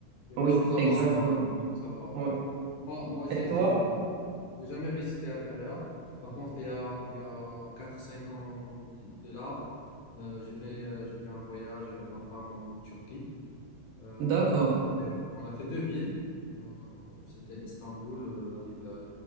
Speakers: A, on the left; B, on the right.
A: Il y a
B: oui,
A: des choses à
B: exactement.
A: voir, apparemment. Il y a des choses à voir.
B: Ouais.
A: Moi, moi j'ai
B: Et toi?
A: j'ai- j'ai jamais visité Almeria. Par contre, il y a, il y a quatre, cinq ans de là, euh, j'ai fait, euh, j'ai fait un voyage avec ma femme en Turquie. Euh,
B: D'accord.
A: on a fait, on a fait deux villes. Euh, c'était Istanbul, euh, la ville euh,